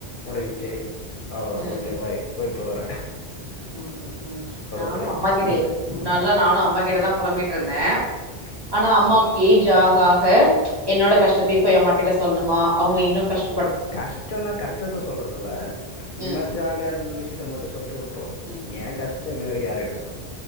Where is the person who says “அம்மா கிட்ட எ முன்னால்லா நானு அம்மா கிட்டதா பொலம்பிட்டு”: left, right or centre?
Right